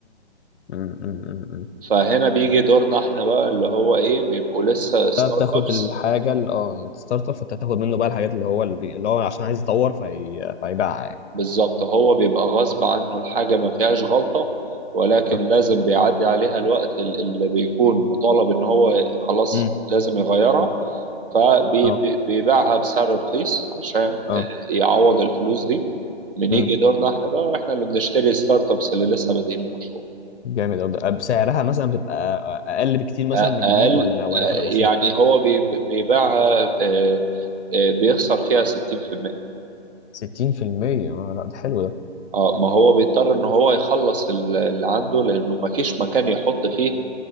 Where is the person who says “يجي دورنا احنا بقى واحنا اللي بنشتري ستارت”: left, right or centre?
Right